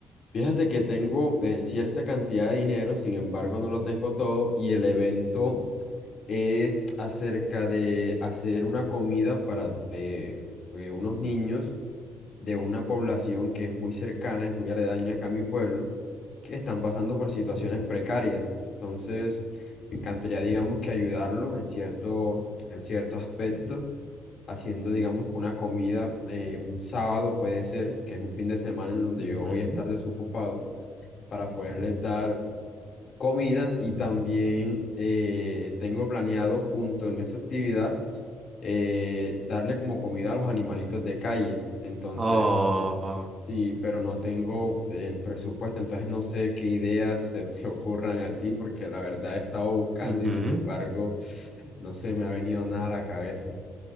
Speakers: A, on the left (about 55°); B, on the right (about 35°).
A: Fíjate que tengo eh, cierta cantidad de dinero, sin embargo, no lo tengo todo y el evento es acerca de hacer una comida para eh, eh, unos niños de una población que es muy cercana, es muy aledaña acá a mi pueblo, que están pasando por situaciones precarias. Entonces, me encantaría, digamos, que ayudarlo en cierto, en cierto aspecto, haciendo, digamos, que una comida eh, un sábado puede ser, que es un fin de semana en donde
B: Ujú.
A: yo voy a estar desocupado, para poderles dar comida y también eh, tengo planeado junto en esa actividad eh, darle como comida a los animalitos de calles. Entonces,
B: Oh.
A: sí, pero no tengo el presupuesto, entonces no sé qué ideas se te ocurran a ti porque la verdad he estado buscando
B: ujú.
A: y sin embargo no se me ha venido nada a la cabeza.